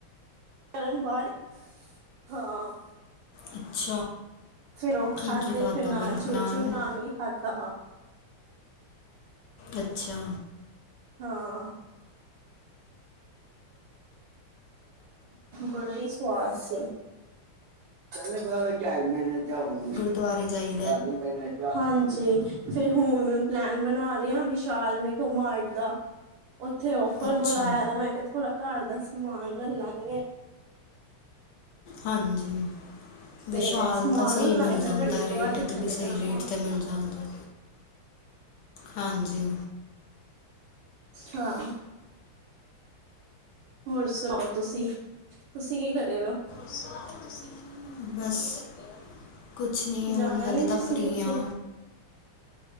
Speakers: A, on the right; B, on the left.
A: ਕਰਨ ਬਾਰ ਹਾਂ।
B: ਅੱਛਾ
A: ਫਿਰ ਉਹ ਖਾਧੇ
B: ਕੀ-ਕੀ ਖਾਦਾ
A: ਫਿਰ ਨਾਲ
B: ਫੇਰ
A: ਚੂਰ
B: ਨਾਂਨ।
A: ਚੂਰ ਨਾਨ ਵੀ ਖਾਧਾ
B: ਅੱਛਾ।
A: ਹਾਂ। ਬੜਾ ਈ ਸਵਾਦ ਸੀ। ਚ ਬ ਚਜ ਮਹੀਨੇ ਜਾ <unintelligible>
B: ਦਵਾਰੇ ਜਾਈ
A: ਦੀ ਮਹੀਨੇ <unintelligible> ਹਾਂਜੀ, ਫੇਰ ਹੁਣ ਪਲੈਨ ਬਣਾ ਰਹੇ ਆਂ ਵਿਸ਼ਾਲ ਮੈਂਘਾਮਾਰਟ ਦਾ। ਉੱਥੇ ਔਫਰ
B: ਅੱਛਾ
A: ਬਲਾਇਆ, ਦਾ ਮੈਂ ਕਿਹਾ ਥੋੜਾ ਘਰ ਦਾ ਸਮਾਨ ਲ ਲਾਂਗੇ।
B: ਹਾਂਜੀ। ਵਿਸ਼ਾਲ
A: ਤੇ ਸਮਾਨ
B: ਤਾਂ ਸਈ
A: ਲੈ
B: ਮਿਲ
A: ਲਾਂਗੇ ਫਿਰ
B: ਜਾਂਦਾ,
A: ਵੱਡੇ ਗੁਰਦੁਆਰੇ
B: ਰੇਟ
A: ਚਲੇ
B: 'ਤੇ ਵੀ ਸਈ
A: ਜਾਗੇ
B: ਰੇਟ 'ਤੇ ਮਿਲ ਜਾਂਦਾ। ਹਾਂਜੀ।
A: ਹਾਂ। ਹੋਰ ਸੁਣਾਓ ਤੁਸੀ, ਤੁਸੀ ਕੀ ਕਰ ਰੇ ਔ?
B: ਸੁਣਾਓ ਤੁਸੀ, ਬਸ। ਕੁਛ ਨਹੀਂ
A: ਜਾਣਾ
B: ਹੁਣ ਹਲੇ
A: ਨੀ ਤੁਸੀਂ
B: ਤਾਂ ਫਰੀ
A: ਕਿੱਥੇ?
B: ਆ।